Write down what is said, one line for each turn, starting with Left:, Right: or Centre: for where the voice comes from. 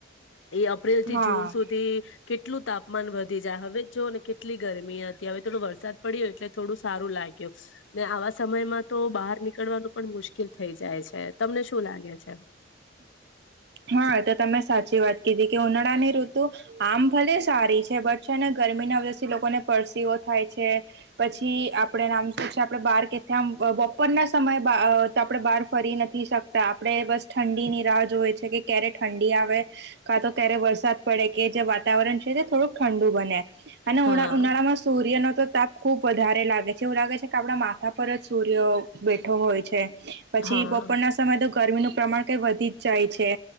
Left: અપ્રિલ થી
Right: હા
Left: જૂન સુધી કેટલું તાપમાન વધી જાય હવે જો ને કેટલી ગરમી હતી હવે થોડો વરસાદ પડ્યો એટલે થોડું સારું લાગ્યું. ને આવા સમયમાં તો બહાર નીકળવાનું પણ મુશ્કેલ થઈ જાય છે તમને શું લાગે છે.
Right: હા. તમે સાચી વાત કીધી કે ઉનાળાની ઋતુ આમ ભલે સારી છે બટ છે ને ગરમીના લોકોને પરસેવો થાય છે પછી આપડે આમ શું છે આપડે બાર કે આમ બપોરના સમય તો આપણે બહાર ફરી નથી શકતા આપણેે બસ ઠંડી ની રાહ જોવે છે કે ક્યારે ઠંડી આવે કા તો ત્યારે વરસાદ પડે કે જે વાતાવરણ છે તે થોડુંક ઠંડુ બને. અને ઉ
Left: હા
Right: ઉનાળામાં સૂર્ય ન તો તાપ ખુબ વધારે લાગે છે એવું લાગે છે કે આપણા માથા પર જ સૂર્ય બેઠો હોય છે. પછી
Left: હા
Right: બપોરના સમય તો ગરમીનું પ્રમાણ કઈ વધી જ જાય છે.